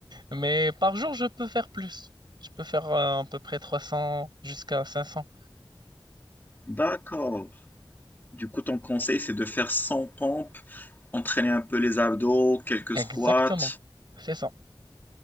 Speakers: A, on the right; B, on the left.
A: Mais par jour, je peux faire plus. Je peux faire euh, à peu près 300 jusqu'à 500.
B: D'accord. Du coup, ton conseil, c'est de faire 100 pompes, entraîner un peu les abdos, quelques
A: Exactement.
B: squats.
A: C'est ça.